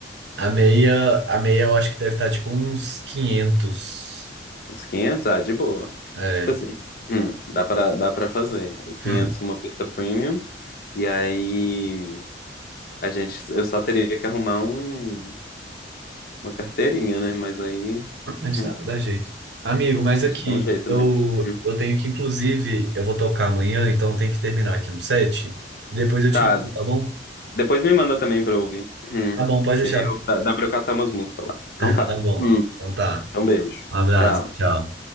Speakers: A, on the right; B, on the left.
A: A meia, a meia eu acho que deve estar tipo uns quinhentos
B: uns quinhentos Ah, de boa.
A: É.
B: Tipo assim, hum, dá pra, dá pra fazer. O quinhentos
A: Hum.
B: uma pista premium. E aí... A gente, eu só teria que arrumar um, uma carteirinha, né? Mas aí
A: A gente
B: hum,
A: dá, dá jeito. Amigo, mas aqui,
B: a gente dá um jeito,
A: eu,
B: né? Hum.
A: eu tenho que, inclusive, eu vou tocar amanhã, então eu tenho que terminar aqui um set. Depois eu te
B: Tá.
A: ligo, tá bom?
B: Depois me manda também pra eu ouvir. Hum.
A: Tá bom, pode
B: Que
A: deixar.
B: aí eu- dá dá pra eu catar umas músicas lá. Então
A: <laughs>
B: tá.
A: Tá bom.
B: Hum.
A: Então tá.
B: Então beijo.
A: Um abraço,
B: Tchau.
A: tchau.